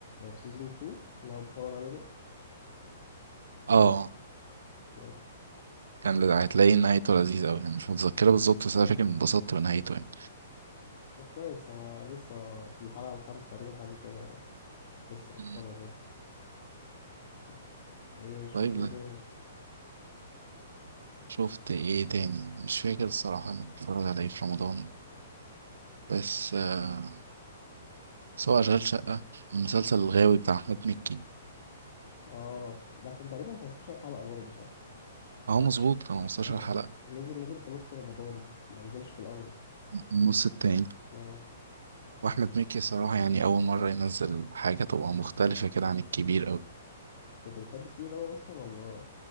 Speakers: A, on the left; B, on the right.
A: في سيزون 2 اللي انا بتفرج عليه ده
B: اه
A: طب
B: كان لذ- هتلاقي نهايته لذيذة أوي يعني مش متذكرة بالظبط بس أنا فاكر إني اتبسطت بنهايته يعني
A: كويس انا لسه في الحلقة الخامسة تقريبا حاجة كده لسه بتفرج
B: مم.
A: يعني بس. ايه شفت
B: طيب
A: ايه
B: لا
A: تاني
B: شفت إيه تاني مش فاكر الصراحة أنا بتفرج على إيه في رمضان بس آه سواء أشغال شقة المسلسل الغاوي بتاع أحمد مكي
A: اه ده كان تقريبا 15 حلقة برضه صح
B: أهو مظبوط كانوا 15
A: اه
B: حلقة
A: نزل نزل في نص رمضان ما نزلش في الاول
B: النص التاني
A: اه
B: واحمد مكي صراحة يعني أول مرة ينزل حاجة تبقى مختلفة كده عن الكبير أوي
A: كنت بتحب الكبير قوي اصلا ولا